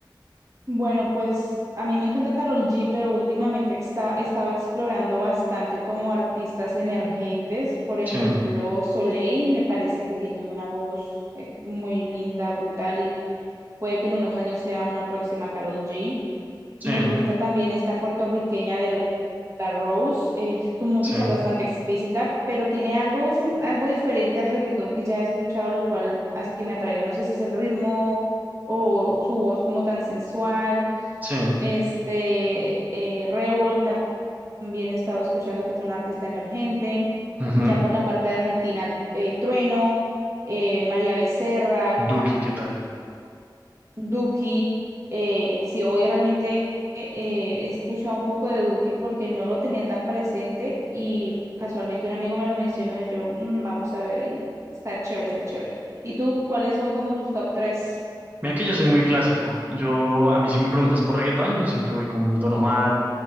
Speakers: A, on the right; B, on the right.
A: Bueno, pues a mí me encanta Karol G, pero últimamente está, he estado explorando bastante como artistas emergentes. Por ejemplo,
B: Sí,
A: Soleil me parece que tiene una voz eh, muy linda, brutal y puede que en unos años sea una próxima Carol G.
B: sí,
A: Me gusta también esta puertorriqueña de la Rose. eh, su música
B: sí,
A: es bastante explícita, pero tiene algo, sen- algo diferente al reggaetón que ya he escuchado, lo cual hace que me atraiga. No sé si es el ritmo o su voz como tan sensual.
B: sí.
A: Este, eh, Revol tam- también estaba escuchando que es un artista emergente.
B: ujú.
A: Ya por la parte de Argentina, eh, Trueno, eh, María Becerra,
B: Duki, ¿qué tal?
A: Duki, eh, sí, hoy realmente eh, he escuchado un poco de Duki porque no lo tenía tan presente y casualmente un amigo me lo mencionó y yo, "Mm, vamos a ver, y está chévere, está chévere. ¿Y tú, cuáles son como tus top tres?
B: Mira que yo soy muy clásico. Yo, a mí si me preguntas por reggaetón, yo siempre voy con Don Omar,